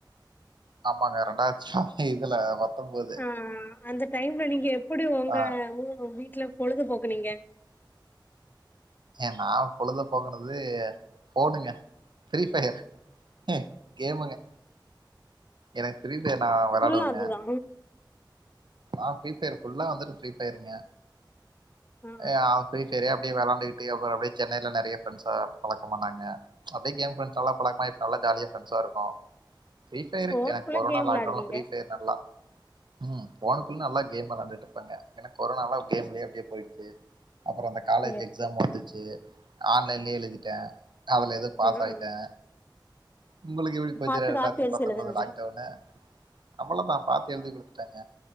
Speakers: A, on the right; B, on the left.
A: ஆமாங்க ரெண்டாய்ச் ஆ இதுல பத்தொன்போ
B: அ அந்த டைம்ல நீங்க எப்புடி ஒங்க
A: ஆ
B: <unintelligible> வீட்ல பொழுதுபோக்குனீங்க
A: எ நா பொழுத போக்குனது ஃபோனுங்க ஃப்ரீ ஃபயர் ம் கேமுங்க எனக் ஃப்ரீ ஃபயர் நா வெளையாடுவுங்க
B: ஃபுல்லா அதுதா
A: ஆ ஃப்ரீ ஃபயர் ஃபுல்லா வந்துட்டு ஃப்ரீ ஃபயருங்க
B: ஆ
A: யா ஃப்ரி ஃபயர்யே ப்டே வெளாண்டுகிட்டு அப்புறோ அப்டே சென்னைல நறைய ஃபிரண்ட்ஸா பழக்கமானாங்க அப்டே கேம் ஃபிரண்ட்ஸ் எல்லா பழக்மாயி நல்லா ஜாலியா ஃபிரெண்ஸாருக்கு ஃப்ரி ஃபயரு
B: ஃபோனுக்குள்ள
A: எனக் கொரோனா
B: கேம் விளாடுவீங்க
A: லாக்டவுன்ல ஃப்ரி ஃபயர் நல்லா ம் ஃபோனுக்குள் நல்லா கேம் வெளாண்டுட்ருப்பங்க எனக் கொரோனால்லா கேம்லியே அப்டியே போயிட்ச்சு அப்புறோ அந்த காலேஜ்
B: சேரி
A: எக்ஸாம்
B: சேரி
A: வந்துச்சு ஆன்லைன்லியே எழுதிட்டே அதுல எது பாஸ்
B: ம்
A: ஆயிட்டே உங்குளுக்கு எப்டி போச்சு
B: பாத்து
A: ரெண்டாயிரத்தி
B: காப்பி அடிச்சு
A: பத்தொன்பது
B: எழுதுனது
A: லாக்டவுனு அவ்வளதா பாத்து எழுதி குடுத்துட்டங்க